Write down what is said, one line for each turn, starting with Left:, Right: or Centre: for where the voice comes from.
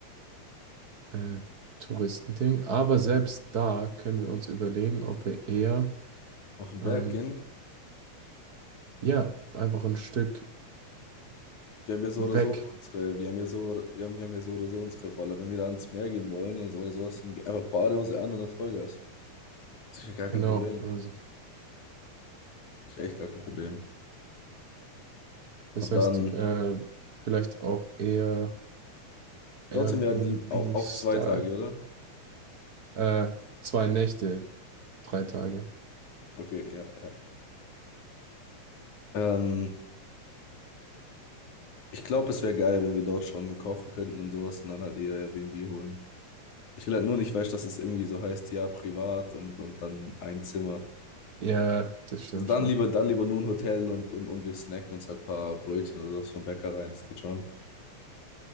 Right: äh, Touristending. Aber selbst da können wir uns überlegen, ob wir eher,
Left: Auf den
Right: ähm,
Left: Berg gehen.
Right: ja, einfach ein Stück
Left: Wir haben ja so
Right: weggehen.
Left: oder so unsere, wir haben ja so, wir haben, wir haben ja so oder so unsere Rolle. Wenn wir da ans Meer gehen wollen oder so oder so, hast du einfach Badehose an und dann Vollgas. Das ist ja gar kein
Right: Genau,
Left: Problem.
Right: also
Left: Das ist ja echt gar kein Problem.
Right: das
Left: Und
Right: heißt,
Left: dann,
Right: äh, vielleicht auch eher
Left: dort
Right: Airbnb-Style.
Left: sind wir ja die auch, auch zwei Tage, oder?
Right: Äh, zwei Nächte, drei Tage.
Left: Okay, ja, ja. Ähm, ich glaube, es wäre geil, wenn wir dort schon kochen könnten und sowas und dann halt eher Airbnb holen. Ich will halt nur nicht, weißt, dass es irgendwie so heißt, ja, privat und, und dann ein Zimmer.
Right: Ja, das stimmt
Left: Also dann
Right: schon.
Left: lieber, dann lieber nur ein Hotel und, und, und wir snacken uns halt ein paar Brötchen oder sowas vom Bäcker rein, das geht schon.